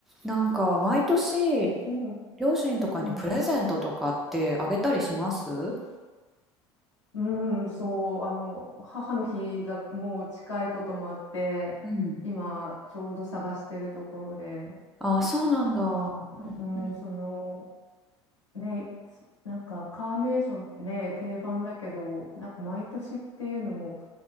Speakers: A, in the centre; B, on the left.
A: なんか毎年
B: うん、
A: 両親とかにプレゼントとかってあげたりします
B: うん、うんそう、あの、母の日がもう近いこともあって、
A: うん。
B: 今、ちょうど探してるところで、
A: ああそうなんだ。
B: なんか、
A: うんうん。
B: うん、その、ね、なんか、カーネーションってね、定番だけど、なんか、毎年っていうのも、